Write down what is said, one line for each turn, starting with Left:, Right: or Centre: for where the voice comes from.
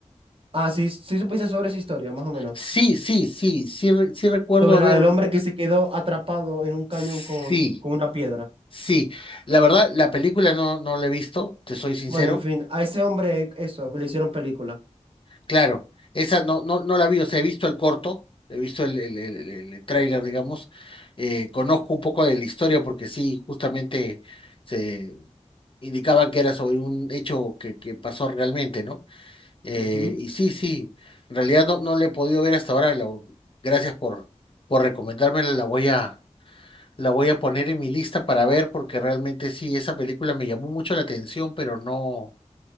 Right: Ah, sí, sí supiste sobre esa historia, más o menos.
Left: Sí, sí, sí, sí, re- sí recuerdo
Right: Sobre
Left: haber,
Right: la del hombre que se quedó atrapado en un cañón
Left: sí,
Right: con, con una piedra.
Left: sí. La verdad, la película no, no la he visto, te soy sincero.
Right: Bueno, en fin, a ese hombre eso, le hicieron película.
Left: Claro, esa no, no, no la vi, o sea, he visto el corto, he visto el, el, el, el- el tráiler, digamos. Eh, conozco un poco de la historia porque sí, justamente se indicaban que era sobre un hecho que, que pasó realmente, ¿no? Eh,
Right: Ujú.
Left: y sí, sí, en realidad no, no le he podido ver hasta ahora. la- gracias por, por recomendármela. La voy a, la voy a poner en mi lista para ver, porque realmente sí, esa película me llamó mucho la atención, pero no,